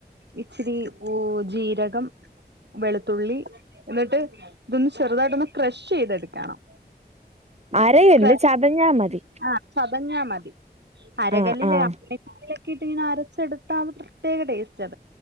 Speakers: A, on the right (about 80°); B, on the right (about 40°).
A: ഇച്ചിരി ഉ ജീരകം വെളുത്തുള്ളി എന്നിട്ട് ഇതൊന്ന് ചെറുതായിട്ടൊന്ന് ക്രഷ് ചെയ്തെടുക്കണം
B: അരയല്ല്
A: ക്രഷ്
B: ചതഞ്ഞാ മതി
A: ആ ചതഞ്ഞാ മതി അരകല്ലില്
B: ആഹ് ആഹ്
A: <unintelligible> ക്കിട്ട് ഇങ്ങനെ അരച്ചെടുത്താ അത് പ്രത്യേക ടേസ്